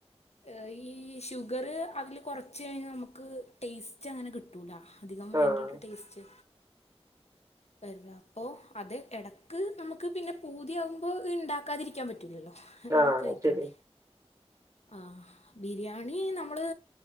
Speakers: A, on the left; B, on the right.
A: ഏ ഈ ഷുഗറ് അതില് കോറച്ച് കഴിഞ്ഞാ നമക്ക് ടേസ്റ്റ് റ്റ അങ്ങനെ കിട്ടൂല അതികം അതിന്റൊരു
B: ആഹ്
A: ടേസ്റ്റ് വര്ല അപ്പൊ അത് എടക്ക് നമക്ക് പിന്നെ പൂതിയാകുമ്പോ ഇണ്ടാക്കാതിരിക്കാൻ പറ്റൂലല്ലോ ആ
B: ആഹ്
A: ആ കേഴിക്കണ്ടേ
B: ശരി
A: ആ ബിരിയാണി നമ്മള്